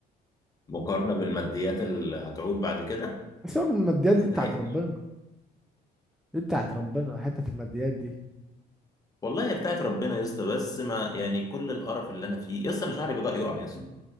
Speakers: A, on the left (about 20°); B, in the centre.
A: المقارنه بالماديات اللي هتعود بعد كده
B: سيبك من الماديات
A: تستحق
B: دي بتاعت ربنا دي بتاعت ربنا حته الماديات دي
A: والله هي بتاعت ربنا يا اسطى بس ما يعني كل القرف اللي انا فيه يا اسطى انا شعري بدأ يقع يا اسطى